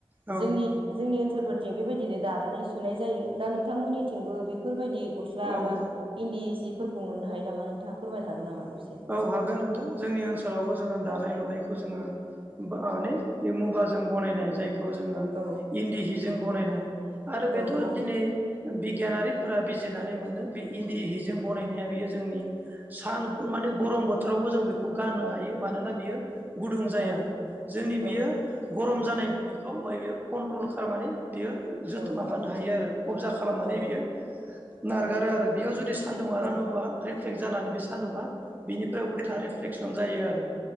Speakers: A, on the right; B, on the right.
A: औ
B: जोंनि जोंनि ओनसोलफोरथिं बेबायदिनो दानानै सुनाय जायो दा नोंथांमोननि थिंबो बेफोरबायदि गस्ला
A: औ
B: बा इन्दि सिफोरखौ मोननो हायो नामा नोंथाङा फोरमायनो हागोन नामा दसे
A: औ हागोन नोंथां जोंनि ओनसोल ओनोलावबो जोङो दानाय लुनायखौ जोङो माने बे मुगाजों बनाय जायखौ खौ जोंङो
B: औ
A: इन्दि हिजों बनायनाय आरो बेथ'
B: औ औ
A: दिनै बिगियानारिफोरा बिजिनानै मोन्दों बे इन्दि हिजों बनायनाया बेयो जोंनि सान माने गरम बोथोरावबो जों बेखौ गाननो हायो मानोना बियो गुदुं जाया
B: औ
A: जोंनि बियो
B: औ
A: गरम जानाय बेखौ <unintelligible> कन्ट्रल खालामनानै बियो
B: औ औ
A: माबानो हायो आरो गबजा खालामनानै
B: औ
A: बियो नारगारा आरो बेयाव जुदि सान्दुंङा राङोबा
B: औ
A: रिफ्लेक्ट जानानै बे सान्दुंङा बेनिफ्राय उल्था रिफ्लेकसन जायो आरो